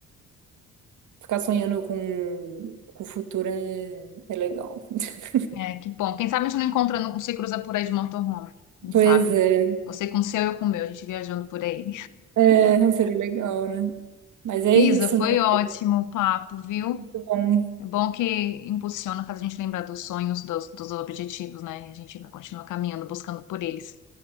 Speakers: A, on the right (about 75°); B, on the left (about 80°).
A: ficar sonhando com, com o futuro é, é legal. <laughs>
B: É, que bom. Quem sabe a gente não encontra, não se cruza por aí de motorhome. Quem
A: Pois
B: sabe?
A: é,
B: Você com o seu, eu com o meu. A gente viajando por aí.
A: é, não seria legal, né? Mas é
B: Isa,
A: isso,
B: foi
A: né?
B: ótimo o papo, viu?
A: Muito bom,
B: É bom que impulsiona, faz a gente lembrar dos sonhos, dos, dos objetivos, né? E a gente vai continuar caminhando, buscando por eles.